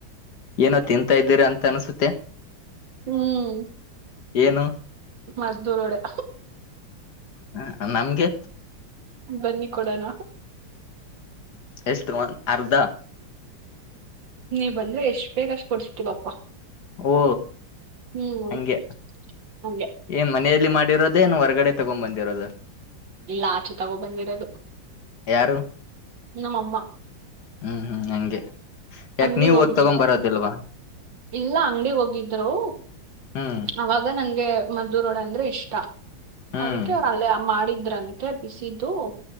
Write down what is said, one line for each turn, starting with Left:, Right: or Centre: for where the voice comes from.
Left: ಏನೋ ತಿಂತಾ ಇದ್ದೀರಾ ಅಂತ ಅನ್ಸುತ್ತೆ
Right: ಹ್ಮ್
Left: ಏನು
Right: ಮದ್ದೂರು ವಡೆ
Left: ಹ ನನಗೆ
Right: ಬನ್ನಿ ಕೊಡೋಣ
Left: ಎಷ್ಟು ಅರ್ದ
Right: ನೀವ್ ಬಂದ್ರೆ ಎಷ್ಟ್ ಬೇಕು ಅಷ್ಟು ಕೊಡ್ಸತೀವಪ್ಪ
Left: ಓ
Right: ಹ್ಮ್
Left: ಹಂಗೆ
Right: ಹಂಗೆ
Left: ಏನ್ ಮನೆಯಲ್ಲಿ ಮಾಡಿರೋದೇನು ಹೊರಗಡೆ ತಗೊಂಡ್ ಬಂದಿರೋದು
Right: ಇಲ್ಲ ಆಚೆ ತಗೋ ತಕೊ ಬಂದಿರೋದು
Left: ಯಾರು
Right: ನಮ್ಮ ಅಮ್ಮ
Left: ಹ್ಮ್ ಹ್ಮ್ ಹಂಗೆ ಯಾಕ
Right: ಅಂಗಡಿಗ್
Left: ನೀವ್
Right: ಹೋಗ್ಲಿವಾ
Left: ಹೋಗಿ ತಗೊಂಡ್ ಬರೋದಿಲ್ವಾ
Right: ಇಲ್ಲ ಅಂಗಡಿಗ್ ಹೋಗಿದ್ರು
Left: ಹ್ಮ್
Right: ಅವಾಗ ನಂಗೆ ಮದ್ದುರೋಡೆ ಅಂದ್ರೆ ಇಷ್ಟ
Left: ಹ್ಮ್
Right: ಅದಕ್ಕೆ ಅವ್ರ ಅಲ್ಲೇ ಮಾಡಿ ದ್ರಂತೆ ಬಿಸಿದ್ದು